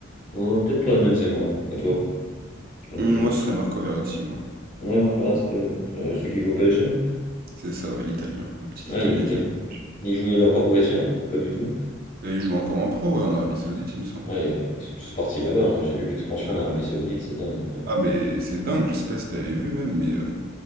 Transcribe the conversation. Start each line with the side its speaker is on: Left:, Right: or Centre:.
Left: euh, peut-être Karim Benzema. Et toi? J'aime
Right: Hum,
Left: bien
Right: moi,
Left: Marc.
Right: ce serait Marco Verratti, moi.
Left: Ouais, Marco Verratti, t'aimes. Euh, celui qui joue au PSG, là?
Right: C'est ça, ouais, l'Italien, le petit
Left: Ah,
Right: Italien
Left: il est italien.
Right: qui joue. au PSG.
Left: Il joue, il est encore professionnel ou pas du tout?
Right: Et il joue encore en pro, ouais, en Arabie Saoudite, il me semble.
Left: Ah, il- ils sont tous partis là-bas. hein. J'ai vu l'expansion
Right: Ah,
Left: en Arabie
Right: ouais.
Left: Saoudite, c'est dingue hein, quand
Right: Ah, mais c'est dingue, je sais pas si t'avais vu même, mais euh,